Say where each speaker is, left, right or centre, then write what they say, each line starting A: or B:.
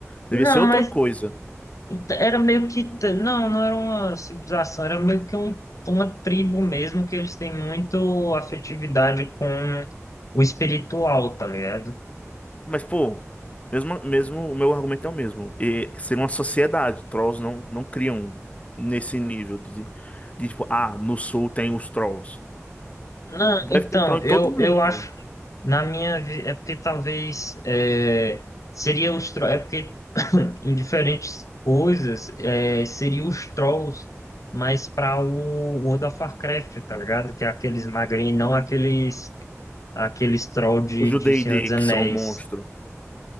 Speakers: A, on the left (about 25°); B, on the left (about 85°).
A: Devia
B: Não,
A: ser outra
B: mas
A: coisa.
B: era meio que. t- Não, não era uma civilização, era meio que um- uma tribo mesmo, que eles têm muito afetividade com o espiritual, tá ligado?
A: Mas, pô, mesmo, mesmo o meu argumento é o mesmo. E ser uma sociedade. Trolls não, não criam nesse nível de, de tipo, ah, no sul tem os trolls.
B: Não,
A: Deve
B: então,
A: ter troll em
B: eu,
A: todo mundo.
B: eu acho, na minha, vi- é porque talvez é, seria os trolls, é porque <coughs> <clears throat> em diferentes coisas é, seria os trolls, mas para o World of Warcraft, tá ligado? Que é aqueles magrinhos, não aqueles aqueles trolls de,
A: Os do
B: de
A: D&D,
B: Senhor dos
A: que
B: Anéis.
A: são monstros.